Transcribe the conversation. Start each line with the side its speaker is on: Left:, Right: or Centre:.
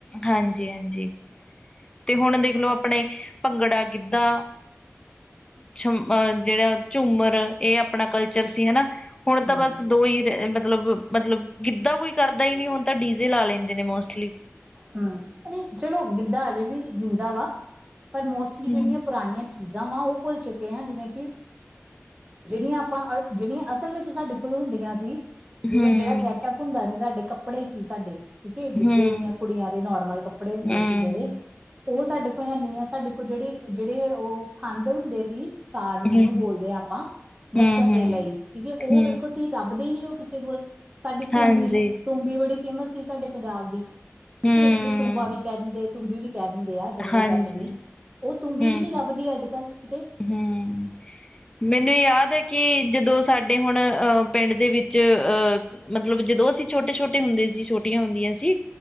Left: ਹਾਂਜੀ, ਹਾਂਜੀ, ਤੇ ਹੁਣ ਦੇਖਲੋ, ਆਪਣੇ ਭੰਗੜਾ ਗਿੱਧਾ ਛ ਅਹ ਜਿਹੜਾ ਝੂਮਰ ਇਹ ਆਪਣਾ ਕਲਚਰ ਸੀ ਹਨਾ। ਹੁਣ ਤਾਂ
Right: ਹੂੰ,
Left: ਬਸ ਦੋ ਹੀ, ਮਤਲਬ, ਮਤਲਬ ਗਿੱਧਾ ਕੋਈ ਕਰਦਾ ਹੀ ਨਹੀਂ, ਹੁਣ ਤਾਂ ਡੀਜ਼ੇ ਲਾ ਲੈਂਦੇ ਨੇ ਮੋਸਟਲੀ
Right: ਹੂੰ, ਚਲੋ ਗਿੱਧਾ ਅਜੇ ਵੀ ਜਿੰਦਾ ਵਾ ਪਰ ਮੋਸਟਲੀ
Left: ਹੂੰ,
Right: ਜਿਹੜੀਆਂ ਪੁਰਾਣੀਆਂ ਚੀਜ਼ਾਂ ਵਾ ਉਹ ਭੁੱਲ ਚੁੱਕੇ ਐ, ਜਿਵੇਂ ਕਿ ਜਿਹੜੀਆਂ ਆਪਾਂ ਅ ਜਿਹੜੀਆਂ ਅਸਲ ਵਿੱਚ ਸਾਡੇ ਕੋਲ ਹੁੰਦੀਆਂ ਸੀ, ਜਿਵੇਂ
Left: ਹੂੰ,
Right: ਜਿਹੜਾ ਗੈਟਅਪ ਹੁੰਦਾ ਸੀ, ਸਾਡੇ ਕੱਪੜੇ ਸੀ ਸਾਡੇ ਠੀਕ ਹੈ, ਗਿੱਧੇ
Left: ਹੂੰ,
Right: ਦੀਆਂ
Left: ਹੂੰ।
Right: ਕੁੜੀਆਂ ਦੇ ਨੋਰਮਲ ਕੱਪੜੇ ਹੁੰਦੇ
Left: ਹੂੰ,
Right: ਸੀ, ਜਿਹੜੇ ਉਹ ਸਾਡੇ ਕੋਲ ਹੈਨੀ ਆ, ਸਾਡੇ ਕੋਲ ਜਿਹੜੇ ਜਿਹੜੇ ਉਹ ਸੰਦ ਹੁੰਦੇ ਸੀ। ਸਾਾਰੀ
Left: ਹੂੰ-ਹੂੰ,
Right: ਨੂੰ ਬੋਲਦੇ ਹਾਂ, ਆਪਾਂ ਨੱਚਣ
Left: ਹੂੰ,
Right: ਦੇ ਲਈ ਠੀਕ ਹੈ ਉਹ
Left: ਹੂੰ
Right: ਵੇਖੋ ਤੁਸੀਂ ਦੱਬਦੇ ਨੀ ਉਹ ਕਿਸੇ ਕੋਲ ਸਾਡੀ ਤੁੰਬੀ-ਤੂੰਬੀ
Left: ਹਾਂਜੀ,
Right: ਬੜੀ ਫੇਮਸ ਸੀ, ਸਾਡੇ ਪੰਜਾਬ ਦੀ ਠੀਕ
Left: ਹੂੰ।
Right: ਜਿਹਨੂੰ ਤੂੰਬਾ ਵੀ ਕਹਿ ਦਿੰਦੇ ਤੂੰਬੀ ਵੀ ਕਹਿ ਦਿੰਦੇ ਆ ਜੰਮਲੇ
Left: ਹਾਂਜੀ,
Right: ਜੱਟ ਦੀ, ਉਹ ਤੂੰਬੀ
Left: ਹੂੰ,
Right: ਵੀ ਨੀ ਲੱਭਦੀ ਅੱਜ ਕੱਲ੍ਹ ਕਿਤੇ
Left: ਹੂੰ, ਮੈਨੂੰ ਇਹ ਯਾਦ ਹੈ, ਕਿ ਜਦੋਂ ਸਾਡੇ ਹੁਣ ਅਹ ਪਿੰਡ ਦੇ ਵਿੱਚ ਅਹ ਮਤਲਬ ਜਦੋਂ ਅਸੀਂ ਛੋਟੇ-ਛੋਟੇ ਹੁੰਦੇ ਸੀ, ਛੋਟੀਆਂ ਹੁੰਦੀਆਂ ਸੀ।